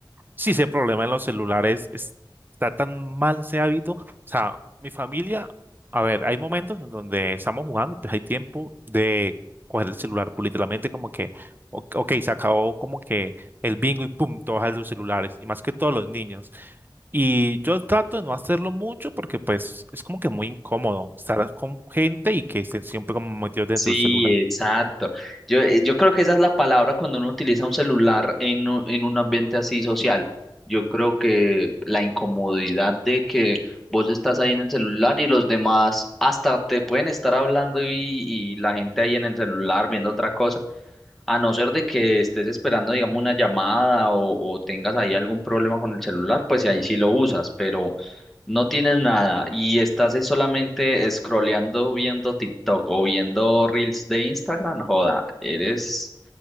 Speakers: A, on the right; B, in the centre.
A: Sí, ese problema en los celulares es- está tan mal ese hábito. O sea, mi familia, a ver, hay momentos en donde estamos jugando y pues hay tiempo de coger el celular, pues literalmente como que, o- ok, se acabó como que el bingo y pum, todos a los celulares, y más que todos los niños. Y yo trato de no hacerlo mucho porque pues es como que muy incómodo estar con gente y que estén siempre como metidos dentro
B: Sí,
A: del celular.
B: exacto. Yo, eh, yo creo que esa es la palabra cuando uno utiliza un celular en, u- en un ambiente así social. Yo creo que la incomodidad de que vos estás ahí en el celular y los demás hasta te pueden estar hablando y, y la gente ahí en el celular viendo otra cosa. A no ser de que estés esperando, digamos, una llamada o, o tengas ahí algún problema con el celular, pues ahí sí lo usas, pero no tienes nada y estás es solamente scrolleando viendo TikTok o viendo Reels de Instagram, joda, eres,